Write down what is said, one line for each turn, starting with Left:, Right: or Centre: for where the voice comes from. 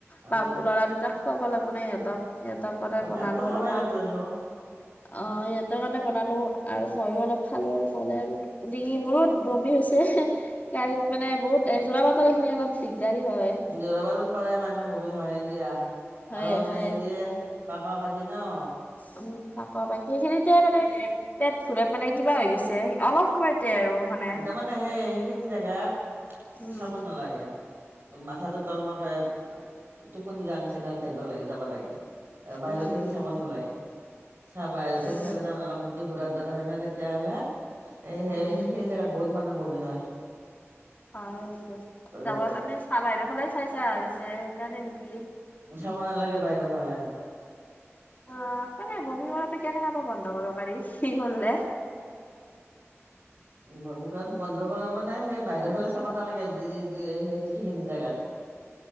Right: অ
Left: বা ল'ৰা দুটা খোৱাবা লাগিব না সিহঁতক সিহঁতৰ পৰাই
Right: আৰু
Left: বনালোঁ
Right: ভাতটো খাবাই
Left: অলপমান।
Right: লাগব দেচোন
Left: অ সিহঁতৰ কাৰণে বনালোঁ আৰু মইয়ো অলপ খালোঁ আৰু নহ'লে আৰু ডিঙি মোৰোত বমি হৈছে গাড়ীত মানে বহুত এ যোৰা বাতৰ এই খিনি অলপ দিগদাৰী হয়।
Right: যোৰাবাটত পায় মানুহ বমি হয় দিয়া
Left: হয়ে
Right: কাৰণ
Left: হয়ে
Right: সেই দিয়ে পাকা পাকি ন
Left: উম বাক বাকীখিনিতে মানে পেট ফুলে মানে কিবা হৈ গৈছে অলপ সময়তে আৰু। মানে
Right: তামানে সেই সেইখিনি জেগাত
Left: উম
Right: চাব নালাগে। মাথাটো তল মূৰাকে টোপনি যোৱাৰ নিচিনা হৈ থাকব লাগে যাব লাগে। এ বাহিৰত
Left: উম
Right: দেখি
Left: উম
Right: চাব নালাগে চা বাহিৰত দেখি
Left: উম
Right: চালে তাৰ মূৰ মূৰটো ঘুৰা দৰে হয় ন' তেতিয়াহ'লে এই সে
Left: উম
Right: সেইখিনি জেগাত বহুত মানুহৰ বমি হয়।
Left: হয় দিয়ক জাবৰ
Right: ভাতত
Left: কানে চাহ বাহিৰৰ ফালে চাই অহা হৈছে সেইকাৰণে নেকি?
Right: উ চাব নালাগে বাহিৰৰ ফালে।
Left: অ কেনেকে বমি হ'লেটো কেনেকা বা বন্ধ কৰিব পাৰি খি হ'লে?
Right: বমি কৰাটো বন্ধ কৰা মানে সেই বাহিৰৰ ফালে চাব নালাগে যি যি সেই সেইখিনি জেগাত